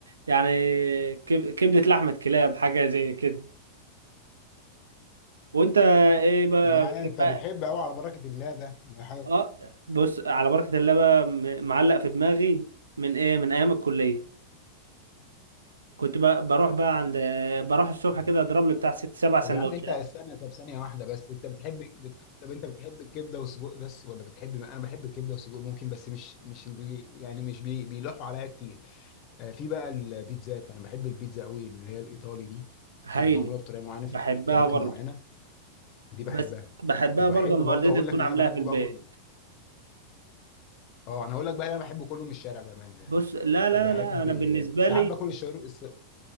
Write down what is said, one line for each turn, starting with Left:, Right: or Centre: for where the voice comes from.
Right: يعني كب- كبدة لحمة كلاب حاجة زي كده وأنت إيه بقى
Left: يعني
Right: بتحب
Left: انت بتحب قوي على بركه الله ده ده حاجه
Right: اه بص على بركة الله بقى م- معلق في دماغي من ايه من ايام الكلية كنت بقى بروح بقى عند بروح الصبح
Left: مم.
Right: كده اضرب لي بتاع ست سبع سندوتشات
Left: طب يا عم انت استنى طب ثانية واحدة بس انت بتحب بت... طب انت بتحب الكبدة والسجق بس ولا بتحب انا بحب الكبدة والسجق ممكن بس مش مش اللي يعني مش بي... بيلوحوا عليا كتير آه في بقى البيتزات انا بحب البيتزا قوي اللي هي الايطالي دي
Right: هايلة
Left: تبقى معمولة بطريقة معينة في
Right: بحبها
Left: في اماكن
Right: برضه
Left: معينة دي بحبها
Right: بس بحبها
Left: وبحب
Right: برضه اما
Left: برضه
Right: والدتي
Left: هقول
Right: تكون
Left: لك اللي
Right: عاملاها
Left: انا بحبه
Right: في البيت
Left: بقى كله اه انا هقول لك بقى اللي انا بحبه كله من الشارع بامانة يعني
Right: بص لا لا
Left: وبحب
Right: لا انا بالنسبة
Left: ساعات
Right: لي
Left: باكل الشاورما الس-